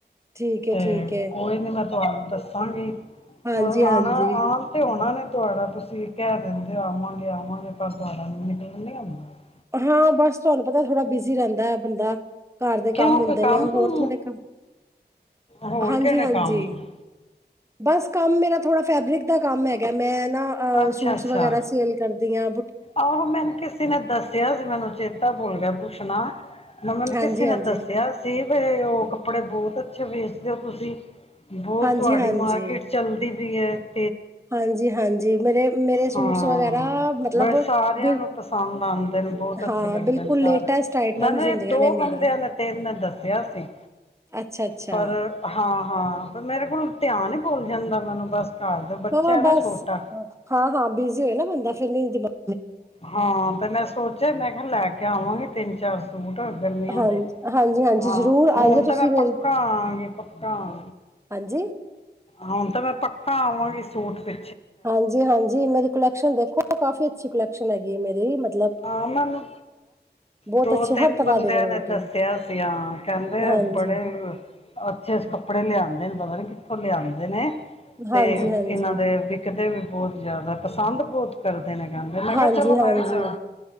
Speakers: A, on the right; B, on the left.
A: ਠੀਕ ਏ
B: ਤੇ
A: ਠੀਕ ਏ
B: ਕੋਈ ਨੀ ਮੈ ਤੁਹਾਨੂੰ ਦੱਸਾਂਗੀ '
A: ਹਾਂਜੀ
B: <unintelligible> '
A: ਹਾਂਜੀ
B: ਆਉਣਾ ਆਉਣ ਤੇ ਆਉਣਾ ਨੀ ਤੁਹਾਡਾ ਤੁਸੀਂ ਕਹਿ ਦਿੰਦੇ ਆਵਾਂਗੇ ਆਵਾਂਗੇ ਪਰ <unintelligible>
A: ਹਾਂ ਬਸ ਤੁਹਾਨੂੰ ਪਤਾ ਥੋੜਾ ਬਿਜ਼ੀ ਰਹਿੰਦਾ ਬੰਦਾ। ਘਰ ਦੇ ਕੰਮ
B: ਕਿਉਂ ਕੋਈ
A: ਹੁੰਦੇ ਨੇ ਹੋਰ
B: ਕੁਮ
A: ਥੋੜੇ ਕਮ
B: ਹੋਰ
A: ਹਾਂਜੀ
B: ਕਿਹੜਾ
A: ਹਾਂਜੀ
B: ਕੰਮ ਹੈ?
A: ਬਸ ਕੰਮ ਮੇਰਾ ਥੋੜਾ ਫੈਬਰਿਕ ਦਾ ਕੰਮ ਹੈਗਾ ਮੈਂ ਨਾ ਅ
B: ਅੱਛਾ
A: ਸੂਟਸ
B: ਅੱਛਾ
A: ਵਗੈਰਾ ਸੇਲ ਕਰਦੇ ਦੀਆਂ
B: ਆਹੋ ਮੈਨੂੰ ਕਿਸੇ ਨੇ ਦੱਸਿਆ ਸੀ। ਮੈਨੂੰ ਚੇਤਾ ਭੁੱਲ ਗਿਆ ਪੁੱਸ਼ਣਾ ਮਮਨ
A: ਹਾਂਜੀ
B: ਕਿਸੇ ਨੇ
A: ਹਾਂਜੀ
B: ਦੱਸਿਆ ਸੀ ਬੀ ਉ ਕੱਪੜੇ ਬਹੁਤ ਅੱਛਾ ਵੇਚਦੇ ਹੋ ਤੁਸੀਂ ਬਹੁਤ
A: ਹਾਂਜੀ
B: ਤੁਹਾਡੀ
A: ਹਾਂਜੀ
B: ਮਾਰਕੀਟ ਚਲਦੀ। <inaudible>
A: ਹਾਂਜੀ ਹਾਂਜੀ ਮੇਰੇ ਮੇਰੇ ਸੂਟਸ
B: ਹਾਂ
A: ਵਗੈਰਾ ਮਤਲਬ
B: ਬ ਸਾਰਿਆਂ
A: ਬਿਲ
B: ਨੂੰ ਪਸੰਦ ਆਉਂਦੇ ਨੇ ਬਹੁਤ ਅੱਛੇ
A: ਹਾਂ
B: ਲੱਗਦੇ
A: ਬਿਲਕੁਲ
B: ਨੇ
A: ਲੇਟੈਸਟ
B: ਸਾਰਿਆ
A: ਆਈਟਮਸ
B: ਨੂੰ ਮਖਾ
A: ਹੁੰਦੀਆਂ
B: ਦੋ
A: ਨੇ ਮੇਰੀਆਂ
B: ਬੰਦਿਆਂ ਨੇ ਤਿੰਨ ਨੇ ਦੱਸਿਆ ਸੀ
A: ਅੱਛਾ ਅੱਛਾ
B: ਪਰ ਹਾਂ ਹਾਂ ਪਰ ਮੇਰੇ ਕੋਲੋ ਧਿਆਨ ਈ ਭੁੱਲ ਜਾਂਦਾ ਮੈਨੂੰ ਬਸ। ਸਾਲ ਦਾ ਦੋ ਬੱਚਾ
A: ਹਾਂ
B: ਐ ਨਾ
A: ਬਸ
B: ਛੋਟਾ
A: ਹਾਂ ਹਾਂ ਬਿਜ਼ੀ ਹੋਏ ਨਾ ਬੰਦਾ ਫਿਰ ਨੀ ਹੁੰਦੀ ਲੋੜ
B: ਹਾਂ ਤੇ ਮੈਂ ਸੋਚਿਆ ਮੈਂ ਕਿਹਾ ਲੈ ਕੇ ਕੇ ਆਵਾਂਗੇ ਤਿੰਨ ਚਾਰ ਸੂਟ ਗਰਮੀਆਂ
A: ਹਾਂਜੀ
B: ਦੇ
A: ਹਾਂਜੀ ਹਾਂਜੀ
B: ਹਾਂ
A: ਜ਼ਰੂਰ
B: ਹੁਣ
A: ਆਈਓ
B: ਤਾਂ
A: ਤੁਸੀਂ
B: ਮੈਂ
A: ਮੇਰੀ
B: ਪੱਕਾ ਆਆਂ ਗੀ ਪੱਕਾ ਆ
A: ਹਾਂਜੀ
B: ਹੁਣ ਤਾਂ ਮੈਂ ਪੱਕ ਆਵਾਂਗੇ ਸੂਟ ਵਿ
A: ਹਾਂਜੀ ਹਾਂਜੀ ਮੇਰੀ ਕੁਲੈਕਸ਼ਨ ਦੇਖੋ ਕਾਫੀ ਅੱਛੀ ਕੁਲੈਕਸ਼ਨ ' <unintelligible> ' ਲਗੀ ਮੇਰੀ ਮ
B: ਹਾਂ ਮੈਨੂੰ
A: ਬਹੁਤ
B: ਦੋ
A: ਅੱਛੇ
B: ਤਿੰਨ
A: ਹਰ ਤਰ੍ਹਾਂ
B: ਬੰਦਿਆਂ
A: ਦੀ ਵਰਾਇਟੀ
B: ਨੇ ਦੱਸਿਆ ਸੀ ਹਾਂ ਕਹਿੰਦੇ
A: ਹਾਂਜੀ
B: ਬੜੇ ਅੱਛੇ ਅ ਕੱਪੜੇ ਲਿਆਂਦੇ। ਨੂੰ ਪਤ ਕਿੱਥੋਂ ਲਿਆਂਦੇ ਨੀ
A: ਹਾਂਜੀ
B: ਤੇ
A: ਹਾਂਜੀ
B: ਇਹਨਾਂ ਦੇ ਵੀ ਕਿਤੇ ਵੀ। ਬਹੁਤ ਜ਼ਿਆਦਾ ਪਸੰਦ ਬਹੁਤ ਕਰਦਾ। ਦੇਨ ਗਦੇ ਮੈਂ ਕਿਹਾ
A: ਹਾਂਜੀ
B: ਚਲੋ ਮੈਂ
A: ਹਾਂਜੀ
B: ਵੀ ਜਾ